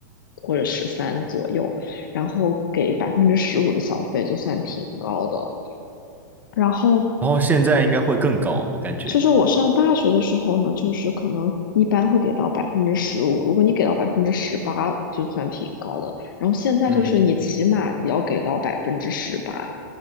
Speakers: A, on the left; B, on the right.
A: 或者十三左右。然后给百分之十五的小费，就算挺高的了。然后
B: 然后现在应该会更高，我感觉。
A: 就是我上大学的时候呢，就是可能一般会给到百分之十五，如果你给到百分之十八，就算挺高的。然后现在就是你起码也要给到百分之十八
B: 嗯。